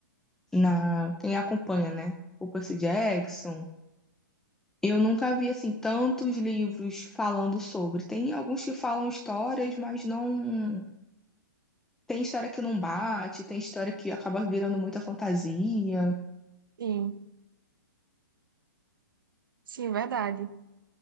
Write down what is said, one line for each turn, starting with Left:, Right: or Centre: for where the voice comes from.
Centre: na quem acompanha, né? O Percy Jackson. Eu nunca vi assim tantos livros falando sobre. Tem alguns que falam histórias, mas não tem história que não bate, tem história que acaba virando muita fantasia.
Right: Sim, sim, verdade.